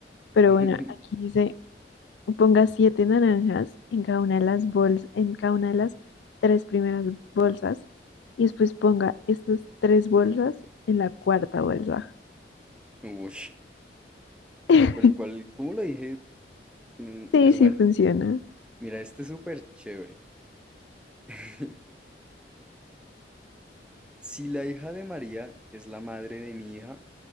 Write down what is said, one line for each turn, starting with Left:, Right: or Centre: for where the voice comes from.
Centre: <laughs>
Left: Pero bueno, aquí dice, ponga siete naranjas en cada una de las bolsas, en cada una de las tres primeras bolsas, y después ponga estas tres bolsas en la cuarta bolsa.
Centre: Uy.
Left: <laughs>
Centre: No, pero igual, como lo dije, tiene un-
Left: Sí,
Centre: pues
Left: sí
Centre: bueno,
Left: funciona.
Centre: mira, este es súper chévere. <laughs> Si la hija de María es la madre de mi hija,